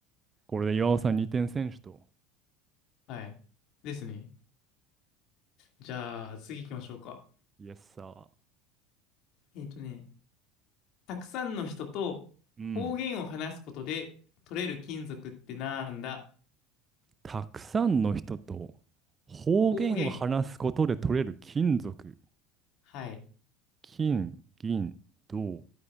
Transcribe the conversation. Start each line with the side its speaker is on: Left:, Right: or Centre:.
Right: これで岩尾さん2点選手と、
Left: はい。ですね。じゃあ、次行きましょうか。
Right: イエスサー。
Left: えっとね、たくさんの人と方言を話すことで取れる金属ってなんだ
Right: うん。たくさんの人と方言を話すことで取れる金属。
Left: 方言。はい。
Right: 金、銀、銅、